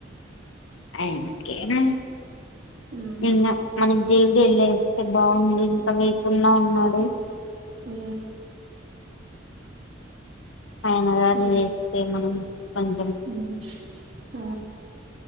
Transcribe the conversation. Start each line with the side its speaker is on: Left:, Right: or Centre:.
Left: అయినకేమీ
Right: మ్మ్
Left: ఇంగ మన జేవుడి వెళ్ళ వేస్తే బాగుంది ఇంకా వేకుండా ఉన్నాడే
Right: అ
Left: ఆయన గారు
Right: మ్మ్
Left: వేస్తే మనం కొంచెం
Right: మ్మ్ ఆ